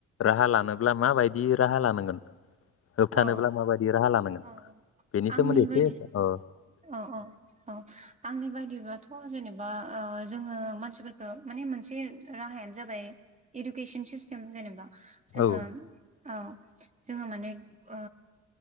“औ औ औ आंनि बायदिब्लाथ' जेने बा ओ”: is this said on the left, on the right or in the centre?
Right